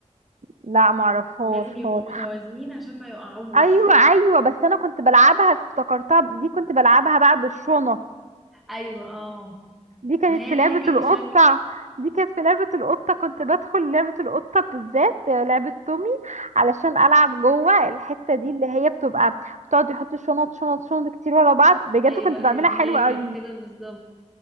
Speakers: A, on the right (about 70°); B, in the centre.
A: لا ما اعرفهاش
B: لازم يبقوا
A: خالص
B: متوازنين عشان ما يقعوش
A: ايوه ايوه بس انا كنت بلعبها افتكرتها دي كنت بلعبها بقى بالشنط
B: ايوه اه
A: دي كانت
B: ما هي
A: في لعبة
B: ليها كذا
A: القطة
B: شكل
A: دي كانت في لعبة القطة كنت بدخل لعبة القطة بالذات آه، لعبة تومي علشان ألعب جوه الحتة دي اللي هي بتبقى بتقعد يحط شنط شنط شنط كتير ورا بعض بجد
B: ايوه
A: كنت بعملها
B: ايوه
A: حلوة
B: هي كانت
A: قوي
B: كده بالظبط